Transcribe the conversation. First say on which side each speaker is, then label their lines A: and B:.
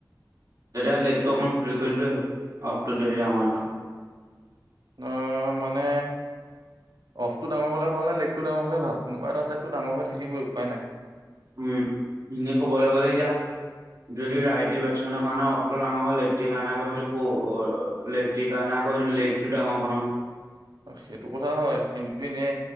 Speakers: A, on the right (about 50°); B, on the right (about 70°).
A: <unintelligible>
B: অ, মানে অফ টো ডাঙৰ হ'লে ভাল নে, লেগ টো ডাঙৰ হ'লে ভাল, কোনোবা এটা চাইড টো ডাঙৰ হৈ থাকিবই উপায় নাই।
A: উম, এনেই ক'বলৈ গ'লে এতিয়া যদি ৰাইটি বেটছমেনৰ কাৰণে অফটো ডাঙৰ হয়, লেফ্টিৰ কাৰণে আকৌ সেইটো সৰু লেফ্ট টিৰ কাৰনে আকৌ সেইটো লেক টো ডাঙৰ হ'ব নহয়।
B: সেইটো কথা হয়, কিন্তু এনে